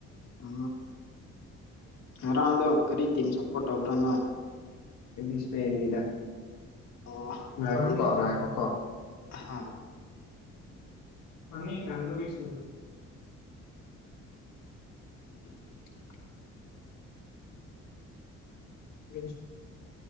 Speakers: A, on the left; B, on the left.
A: ꯑ ꯑꯔꯥꯡꯗ ꯀꯔꯤ ꯇꯝ ꯁꯄꯣꯔꯇꯧꯕꯔ ꯅꫭꯏ
B: ꯑꯩꯗꯤ ꯏꯁꯄꯦꯟꯅꯤꯗ
A: ꯑ ꯑꯗꯨꯗꯤ
B: ꯉꯥꯏꯈꯣꯀꯣ ꯉꯥꯏꯈꯣꯀꯣ
A: ꯍꯣꯏ
B: ꯄꯅꯤ ꯇꯅꯨꯔꯤꯁ <unintelligible>
A: <unintelligible>
B: ꯁ